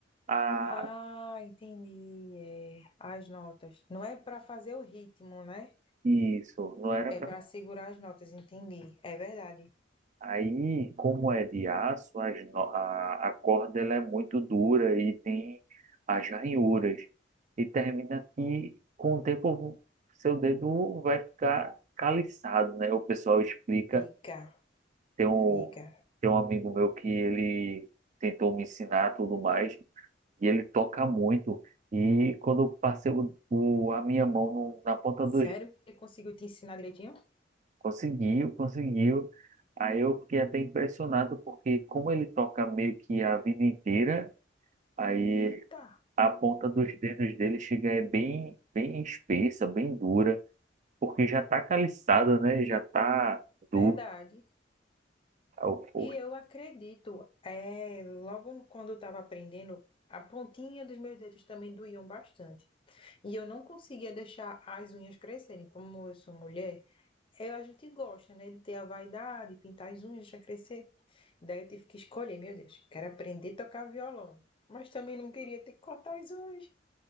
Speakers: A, on the right; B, on the left.
A: Ah,
B: Ah, entendi. É, as notas. Não é para fazer o ritmo, né?
A: isso, não era
B: É
A: pra...
B: para segurar as notas, entendi. É verdade.
A: Aí, como é de aço, as no- a, a corda ela é muito dura e tem as ranhuras. E termina que, com o tempo, seu dedo vai ficar caliçado, né? O pessoal explica.
B: Fica,
A: Tem um,
B: fica.
A: tem um amigo meu que ele tentou me ensinar tudo mais. e ele toca muito. E quando eu passei o, o- a minha mão no- na ponta
B: Sério
A: dos.
B: que ele conseguiu te ensinar direitinho?
A: Conseguiu, conseguiu. Aí eu fiquei até impressionado, porque como ele toca meio que a vida inteira, aí
B: Eita,
A: a ponta dos dedos dele chega é bem, bem espessa, bem dura, porque já tá caliçada, né? Já tá dura.
B: verdade.
A: Aí eu, "Pô,
B: E eu acredito, é, logo quando eu estava aprendendo, a pontinha dos meus dedos também doíam bastante. E eu não conseguia deixar as unhas crescerem. Como eu sou mulher, eu, a gente gosta, né, de ter a vaidade, pintar as unhas, deixar crescer. Daí eu tive que escolher, meu Deus, quero aprender a tocar violão, mas também não queria ter que cortar as unhas.